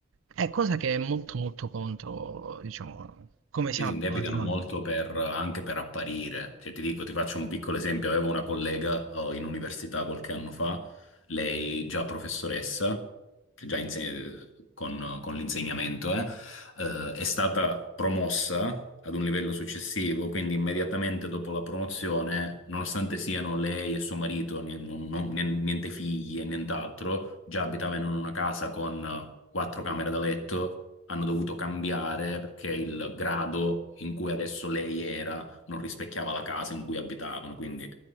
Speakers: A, on the right; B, on the left.
A: È cosa che è molto molto contro, diciamo, come
B: Qui
A: siamo
B: si
A: abituati
B: indebitano
A: noi.
B: molto per- anche per apparire. Cioè, ti dico, ti faccio un piccolo esempio. Avevo una collega, eh, in università qualche anno fa, lei già professoressa, che già inse- con, con l'insegnamento, eh, eh, è stata promossa ad un livello successivo, quindi immediatamente dopo la promozione, nonostante siano lei e suo marito, ni- non- non- niente figli e nient'altro, già abitavano in una casa con eh, quattro camere da letto hanno dovuto cambiare perché il grado in cui adesso lei era non rispecchiava la casa in cui abitavano, quindi